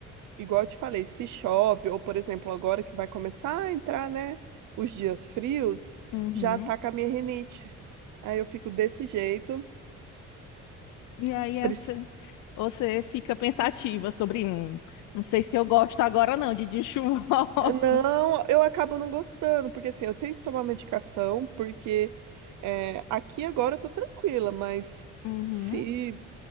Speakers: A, on the right; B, on the left.
A: igual eu te falei, se chove, ou por exemplo, agora que vai começar a entrar, né, os dias frios,
B: Uhum.
A: já ataca a minha rinite. Aí eu fico desse jeito.
B: E aí essa,
A: Prec-
B: você fica pensativa sobre, hum, não sei se eu gosto agora não de dias chuvosos.
A: Não, eu acabo não gostando, porque assim, eu tenho que tomar medicação, porque é, aqui agora eu tô tranquila, mas
B: Uhum,
A: se